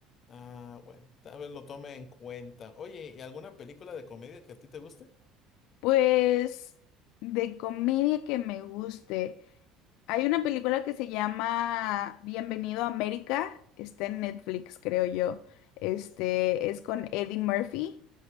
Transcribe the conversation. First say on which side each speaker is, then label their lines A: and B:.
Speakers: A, on the left; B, on the left.
A: Ah, bueno, tal vez lo tome en cuenta. Oye, ¿y alguna película de comedia que a ti te guste?
B: Pues de comedia que me guste. Hay una película que se llama Bienvenido a América, está en Netflix, creo yo. Este es con Eddie Murphy